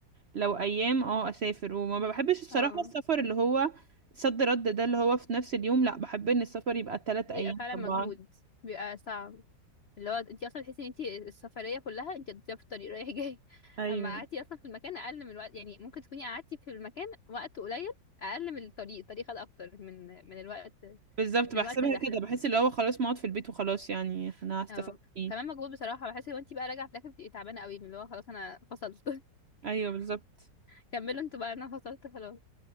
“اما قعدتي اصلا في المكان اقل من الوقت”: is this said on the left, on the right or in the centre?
Left